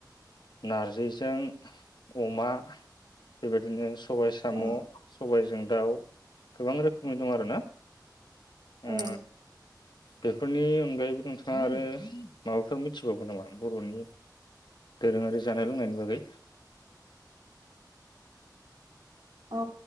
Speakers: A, on the left (about 75°); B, on the right (about 70°).
A: नारजिजों अमा बेबायदिनो सबाय साम'
B: औ
A: सबायजों दाउ। गोबां रोखोमनि दं आरोना।
B: औ
A: ओ बेफोरनि अनगायैबो नोंथाङा आरो माबाफोर मिथिबावगोन नामा बर'नि दोरोङारि जानाय लोंनायनि बागै?
B: औ